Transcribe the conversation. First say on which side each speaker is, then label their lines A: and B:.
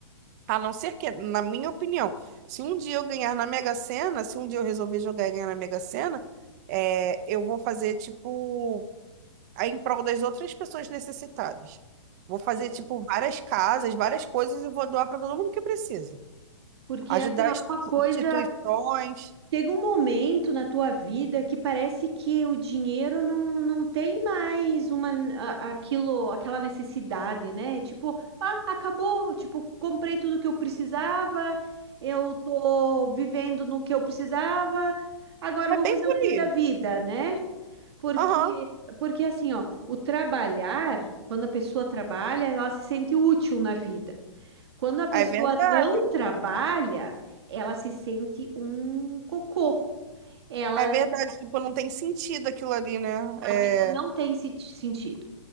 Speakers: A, on the right; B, on the right.
A: a não ser que, na minha opinião, se um dia eu ganhar na Mega Sena, se um dia eu resolver jogar e ganhar na Mega Sena, é, eu vou fazer, tipo, aí em prol das outras pessoas necessitadas. Vou fazer,
B: É.
A: tipo, várias casas, várias coisas e vou doar para todo mundo que precisa.
B: Porque
A: Ajudar
B: assim, ó,
A: as
B: uma coisa.
A: instituições.
B: Chega um momento na tua vida que parece que o dinheiro não, não tem mais uma a- aquilo, aquela necessidade, né? Tipo, ah, acabou, tipo, comprei tudo que eu precisava, eu tô vivendo no que eu precisava, agora eu
A: É
B: vou
A: bem
B: fazer
A: por
B: o que
A: aí.
B: da vida, né? Porque
A: Aham,
B: porque assim, ó, o trabalhar, quando a pessoa trabalha, ela se sente útil na vida. Quando a pessoa
A: É verdade.
B: não trabalha, ela se sente um cocô. Ela,
A: É verdade, tipo, não tem sentido aquilo ali, né? É...
B: a vida não tem se- sentido.